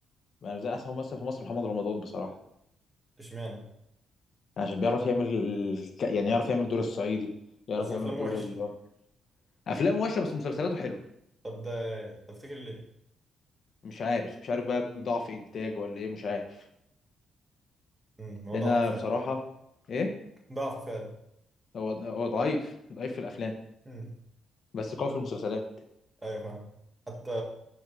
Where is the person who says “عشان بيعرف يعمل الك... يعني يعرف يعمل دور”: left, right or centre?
Left